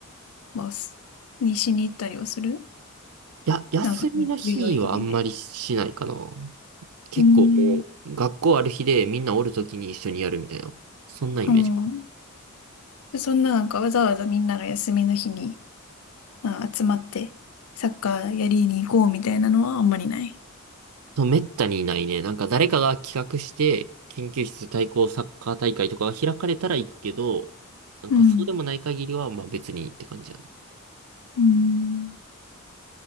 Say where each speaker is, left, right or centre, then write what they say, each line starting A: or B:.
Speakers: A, on the left; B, on the right.
A: はす、にしに行ったりはする
B: いや、休みの日はあんまりしないかな。
A: なんか、授業以外で。
B: 結構もう、
A: うん。
B: 学校ある日でみんなおるときに一緒にやるみたいな。そんなイメージ。
A: うん。でそんななんかわざわざみんなが休みの日にあ、集まってサッカーやりに行こうみたいなのはあんまりない。
B: とめったにいないね。なんか誰かが企画して、研究室対抗サッカー大会とかが開かれたら行くけど、なんかそうでもない限りは、
A: うん。
B: まあ別にって感じやな。
A: うん、